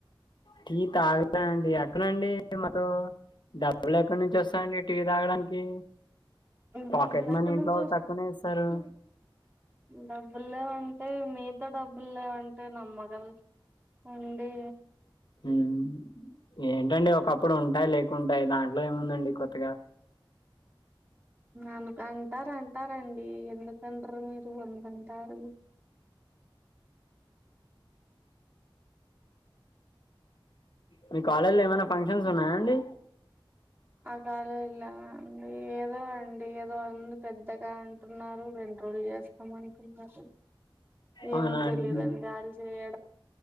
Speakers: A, on the left (about 55°); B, on the right (about 25°).
A: టీ తాగులే అండి ఎక్కడండి మతోం డబ్ డబ్బుల్ ఎక్కడి నుంచి వస్తా అడి టీవీ తాగడానికి పాకెట్
B: డబ్బులు ఎక్కడ
A: మనీ ఇంట్లో
B: నుంచి
A: వాళ్ళు
B: వస్తు
A: తక్కువనే ఇస్తారు
B: డబ్బులు లేవంటే మీతో డబ్బులు లేవంటే నమ్మగల అండి
A: ఉం ఏంటండి ఒకప్పుడు ఉంటాయి లేకుంటాయి దాంట్లో ఏముందండి కొత్తగా
B: అనక అంటారు అంటారండి ఎందుకనరు మీరు వందంటారు
A: మీ కాలేజీలో ఏమైనా ఫంక్షన్స్ ఉన్నాయా అండి
B: కాలేజీల అండి ఏదో అండి ఏదో ఉంది పెద్దగా అంటున్నారు రెండు రోజులు చే స్తాము అంటున్నారు
A: అవునా
B: ఏమో తెలీదండి
A: అండి మీ-
B: చేయ